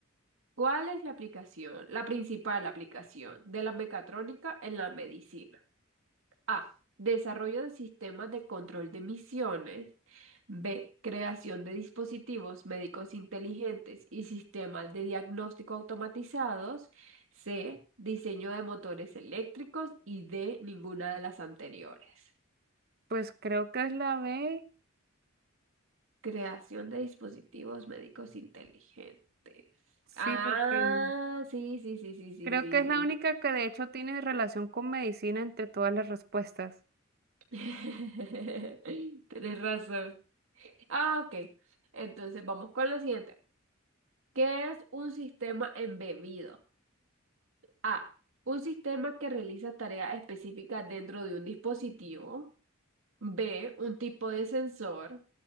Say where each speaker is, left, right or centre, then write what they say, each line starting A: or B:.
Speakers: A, on the right; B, on the right.
A: ¿Cuál es la aplicación, la principal aplicación de la mecatrónica en la medicina? A. Desarrollo de sistemas de control de emisiones. B. Creación de dispositivos médicos inteligentes y sistemas de diagnóstico automatizados. C. Diseño de motores eléctricos. Y D. Ninguna de las anteriores.
B: Pues creo que es la B,
A: Creación de dispositivos médicos inteligentes.
B: sí,
A: Ah,
B: porque
A: sí, sí, sí, sí, sí,
B: creo
A: sí,
B: que es
A: sí.
B: la única que de hecho tiene relación con medicina entre todas las respuestas.
A: <laughs> Tienes razón. Ah, ok. Entonces vamos con la siguiente. ¿Qué es un sistema embebido? A. Un sistema que realiza tareas específicas dentro de un dispositivo. B. Un tipo de sensor.